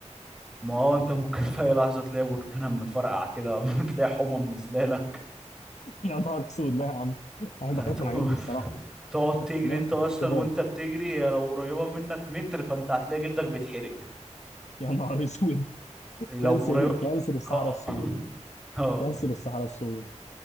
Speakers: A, in the centre; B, on the left.
A: ما هو انت ممكن في اي لحظه تلاقي بركان مفرقع كده <laughs> تلاقي حمى منزله لك
B: <laughs> يا نهار اسود لا يا عم انا
A: هتقف
B: بخاف من الحاجات دي الصراحه
A: تقعد تجري
B: لا
A: انت
B: بخاف
A: اصلا
B: من الحاجات دي خالص
A: وانت بتجري هي لو قريبه منك متر فانت هتلاقي جلدك بيتحرق
B: يا نهار اسود
A: لو
B: كانسر
A: قريبه
B: كانسر الصحراء
A: اه
B: السوداء
A: <laughs> اه
B: كانسر الصحراء السوداء